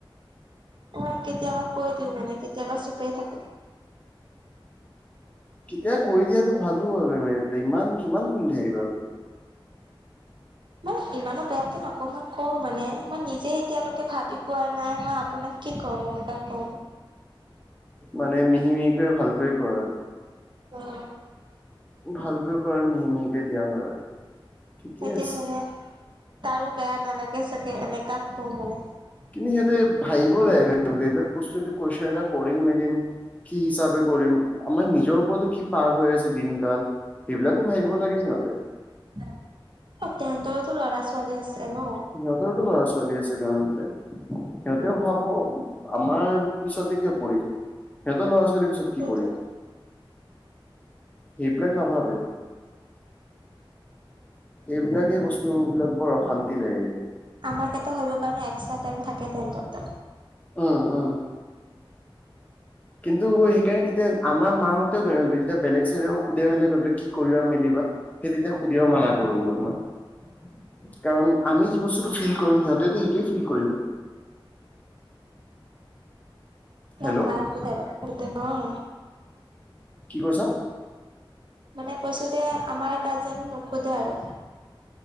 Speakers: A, on the right; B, on the left.
A: মই কেতিয়াবা কৈ দিও মানে কেতিয়াবা চুপে থাকো।
B: কেতিয়া কৈ দিয়াটো ভালো হয় মেমে ইমান কিমান শুনি থাকিবা।
A: মই ইমানো বেয়াকে নকও মই কও মানে, মই নিজে এতিয়ালৈকে ভাবি পোৱা নাই মই আপোনাক কি কম এনেকুৱা কও।
B: মানে মিহি-মিহিকৈ ভালকৈ কয় আৰু।
A: অ',
B: ভালকৈ কয় মিহি-মিহিকে দিয়া হয়। ঠিকে
A: সেইতিয়া
B: আছে।
A: মানে তাৰো বেয়া নালাগে চাগে, এনেকা কও মানে।
B: কিন্তু সিহঁতে ভাবিব লাগু কনটা কৰিম মেলিম। কি হিচাপে কৰিম, আমাৰ নিজৰ ওৰতৰতো কি পাৰ হৈ আছে দিনকাল। সেইবিলাকো ভঙিব লাগে সিহঁতে।
A: অ, তেহেতৰতো ল'ৰা-ছোৱালী আছে ন।
B: সিহঁতৰ লৰা ছোৱালী ছোৱালী আছে <unintelligible> গ সিহঁতেও ভাবো আমাৰ পিছতে কিয় পৰি থাকে। সিহঁত ল'ৰা-ছোৱালীৰ পিছত
A: সেইটোৱেটো
B: কি কৰিম? সেইবিলাক নাভাবে? এইবিলাকেই বস্তুবিলাক বৰ অশান্তি লাগি যায়।
A: আমাৰ কেইটা হব কাৰণে এক্সট্ৰা টাইম থাকে তেহেন্তৰ তাত।
B: উম-উম। কিন্তু সেইকাৰণে কেতিয়া আমাৰ মাহতেও <unintelligible> গৈলে যেতিয়া বেলেগ চেলে সোধে মেলে গৈলে কি কৰিবা মেলিবা। সেই তেতিয়া সুধিব মানা কৰো গল মই কাৰণ আমি যি বস্তুটো ফিল কৰিম, সিহঁতেতো সেইটোৱে ফিল কৰিব।
A: <unintelligible>
B: হেল্ল' কি কৈছ?
A: মানে কৈছো যে আমাৰ গাৰ্জেন নোখোধে আৰু।